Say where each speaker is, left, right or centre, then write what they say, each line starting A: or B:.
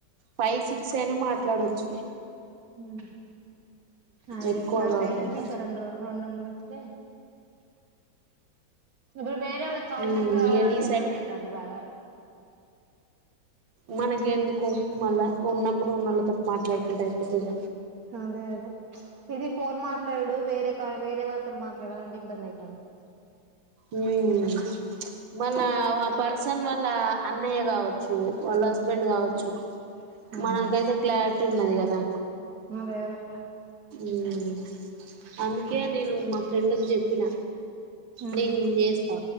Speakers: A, on the right; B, on the right.
A: ఫైవ్ సిక్స్ అయిన మాట్లా ట్లాడొచ్చు
B: మ్మ్ అదే
A: ఎక్కువ
B: నా
A: కాకుండా
B: సైడ్ నుంచి ఇంక రొండు రొండు మూడు వస్తె ఇప్పుడు వేరే వాళ్ళకి కాంటాక్ట్
A: ఉమ్
B: కావాలంటే
A: ఇక నీ
B: ఇబ్బంది అయితంది బాగా
A: మనక ఎందుకు మళ్ళా ఉన్నప్పుడు, ఉన్నళ్ళతో మాట్లాడుకుంటా అయిపోతిగ.
B: అదే అదే ఇది ఫోన్ మాట్లాడుడు వేరే కా వేరే వాళ్ళతో, మాట్లాడాలంటే ఇబ్బంది అయితాన్.
A: మ్మ్ మొన్న ఆ గా పర్సన్ వర్ వాళ్ళ అన్నయ్య కావచ్చు వాళ్ళ హస్బెండ్ కావచ్చు
B: ఉమ్
A: మనకైతే క్లారిటీ ఉన్నది కదా
B: అదే అదే
A: ఉమ్ అందుకే నేను మ ఫ్రెండ్ కి చెప్పిన
B: ఉమ్
A: నేన్ చేస్తా